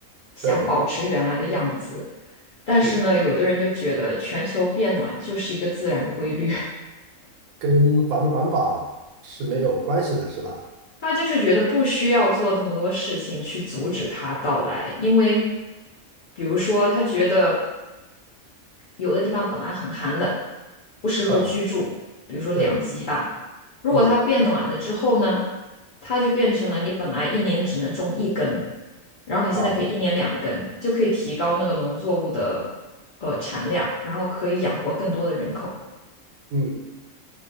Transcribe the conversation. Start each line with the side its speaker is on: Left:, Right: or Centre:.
Left: 想保持原来的样子。
Right: 对，
Left: 但是呢，
Right: 是
Left: 有的人就觉得全球变暖就是一个自然规律，
Right: 跟环不环保是没有关系的，是吧？
Left: <laughs> 他就是觉得不需要做那么多事情去阻止它到来，因为比如说他觉得。有的地方本来很寒冷，不适合居住，
Right: 嗯，
Left: 比如说两极吧。
Right: 对，
Left: 如果它变暖了之后呢，
Right: 嗯，
Left: 它就变成了你本来一年只能种一根，然后你现在可以一年两根，
Right: 啊，
Left: 就可以提高那个农作物的呃产量，然后可以养活更多的人口。
Right: 嗯，